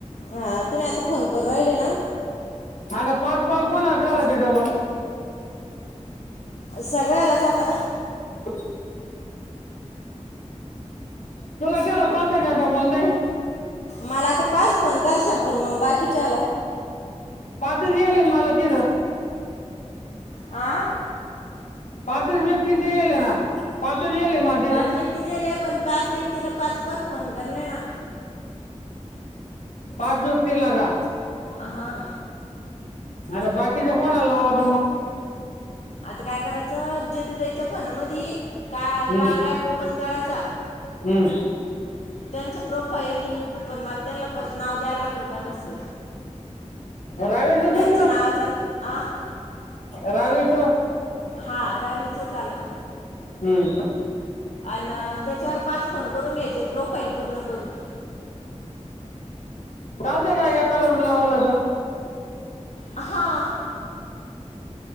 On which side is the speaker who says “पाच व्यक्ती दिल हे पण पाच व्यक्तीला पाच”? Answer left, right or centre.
Left